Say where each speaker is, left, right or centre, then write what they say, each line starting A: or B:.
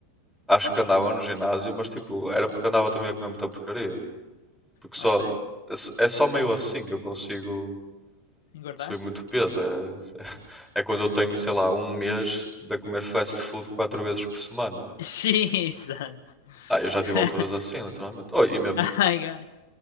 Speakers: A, in the centre; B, on the left (about 75°).
A: acho que andava no ginásio, mas tipo, era porque andava também a comer muita porcaria. Porque só,
B: ok.
A: é só meio assim que eu consigo
B: Engordar?
A: subir muito peso. É, é quando eu tenho, sei lá, um mês de a comer fast food quatro vezes por semana.
B: Jesus!
A: Ah, eu já tive
B: <laughs>
A: alturas assim, literalmente. Oh, e mesmo,
B: Ai, God.